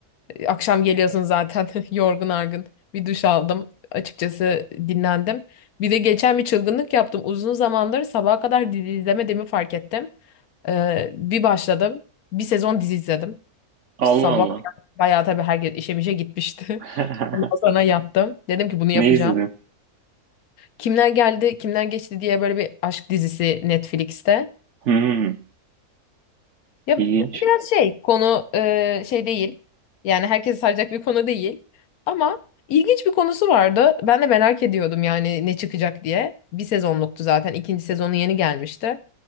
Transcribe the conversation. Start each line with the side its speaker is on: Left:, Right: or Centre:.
Left: Ee, Akşam geliyorsun zaten <laughs> yorgun argın. Bir duş aldım. Açıkçası dinlendim. Bir de geçen bir çılgınlık yaptım. Uzun zamandır sabaha kadar dizi izlemediğimi fark ettim. Ee, bir başladım. Bir sezon dizi izledim.
Right: Allah
Left: Sabah
Right: Allah.
Left: yani bayağı tabii herkes işe mişe gitmişti.
Right: <laughs>
Left: <laughs> Ondan sonra yaptım. Dedim ki bunu yapacağım.
Right: Ne izledin?
Left: Kimler geldi, kimler geçti diye böyle bir aşk dizisi Netflix'te.
Right: Hmm,
Left: Ya
Right: ilginç.
Left: biraz şey konu e, şey değil. Yani herkesi saracak bir konu değil. Ama ilginç bir konusu vardı. Ben de merak ediyordum yani ne çıkacak diye. Bir sezonluktu zaten. İkinci sezonu yeni gelmişti.